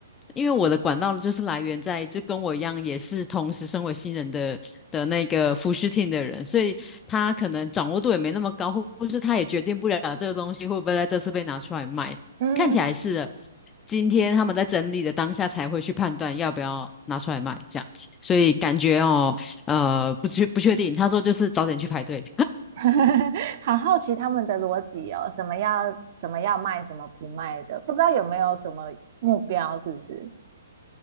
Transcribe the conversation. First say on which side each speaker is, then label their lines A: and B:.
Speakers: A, on the left (about 15°); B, on the right (about 45°).
A: 因为我的管道就是来源在，就跟我一样，也是同时身为新人的的那个服饰 team 的人，所以他可能掌握度也没那么高，或或是他也决定不了这个东西会不会在这次被拿出来卖。
B: 嗯，
A: 看起来是的今天他们在整理的当下才会去判断要不要拿出来卖，这样，所以感觉哦。呃，不确不确定。他说就是早点去排队。
B: <laughs> 好好奇他们的逻辑哦，什么要什么要卖，什么不卖的，不知道有没有什么目标，是不是？